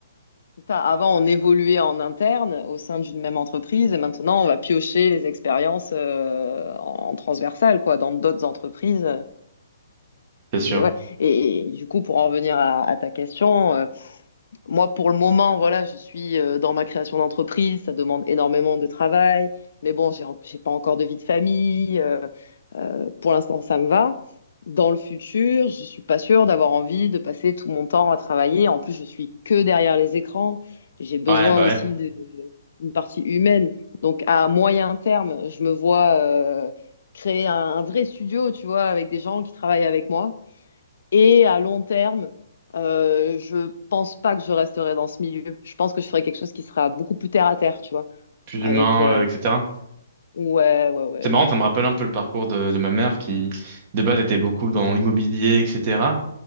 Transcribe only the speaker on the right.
C'est sûr.
Ouais, bah
ouais,
plus
humain,
euh, etc.
C'est marrant, ça me rappelle un peu le parcours de, de ma mère qui, de base, était beaucoup dans l'immobilier, etc.